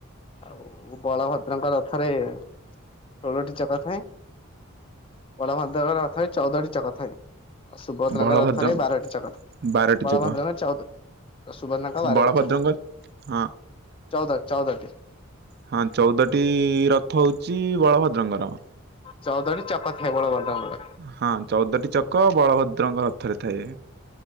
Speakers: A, on the left (about 25°); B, on the right (about 50°).
A: ଆଉ ବଳଭଦ୍ରଙ୍କର ଥରେ ଷୋଳଟି ଚକ ଥାଏଁ। ବଳଭଦ୍ରକ ରଥରେ ଚଉଦଟି ଚକ ଥାଏ ଆଉ ସୁଭଦ୍ରଙ୍କ
B: ବଳଭଦ୍ର
A: ରଥରେ ବାରଟି ଚକ ଥାଏ।
B: ବାରଟି
A: ବାଳ
B: ଯାକ
A: ଭାତ୍ରଙ୍ଗ ଚାଉଥ ସୁବନ୍ନା ଙ୍କ ବାରଟି
B: ବଳଭଦ୍ରଙ୍କ
A: ଚକ।
B: ହଁ।
A: ଚଉଦ ଚଉଦଟି
B: ହଁ ଚଉଦଟି ରଥ ହଉଛି ବଳଭଦ୍ରଙ୍କର
A: ଚଉଦଟି ଚକ ଥାଏ ବଳଭଦ୍ରଙ୍କର।
B: ହଁ ଚଉଦଟି ଚକ ବଳଭଦ୍ରଙ୍କ ରଥରେ ଥାଏ।